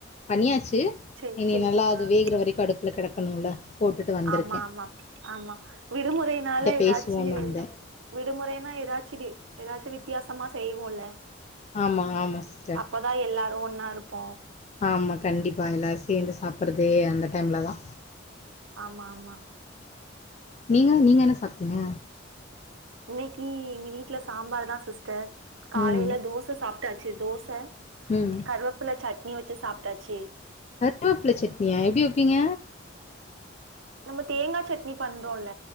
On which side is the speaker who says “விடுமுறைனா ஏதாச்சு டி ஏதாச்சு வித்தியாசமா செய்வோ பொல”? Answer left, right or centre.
Right